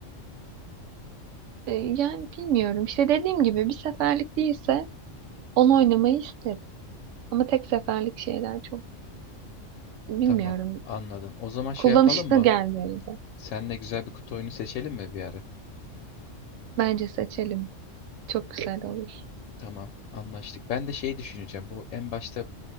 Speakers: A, on the right; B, on the left.
A: E, yani bilmiyorum. İşte dediğim gibi bir seferlik değilse onu oynamayı isterim. Ama tek seferlik şeyler çok bilmiyorum.
B: Tamam, anladım. O zaman şey
A: Kullanışlı
B: yapalım mı?
A: gelmiyor ya da.
B: Seninle güzel bir kutu oyunu seçelim mi bir ara?
A: Bence seçelim. Çok güzel olur.
B: Tamam, anlaştık. Ben de şeyi düşüneceğim. Bu en başta